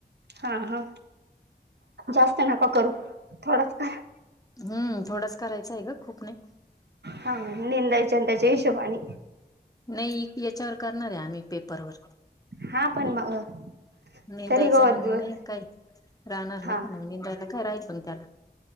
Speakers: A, on the right; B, on the left.
A: हा हा जास्त नका करू थोडाच करा.
B: हम्म थोडाच करायचा आहे ग खूप नाही
A: हा निंदायच्या आणि त्याच्या हिशोबानी
B: नाही याच्यावर करणार आहे आम्ही पेपरवर
A: हा पण मग
B: निेंदायचं
A: तरी गवत
B: मग
A: बिवत
B: नाही काय राहणार ना
A: हा
B: का मग निेंदायला करायच पण त्याला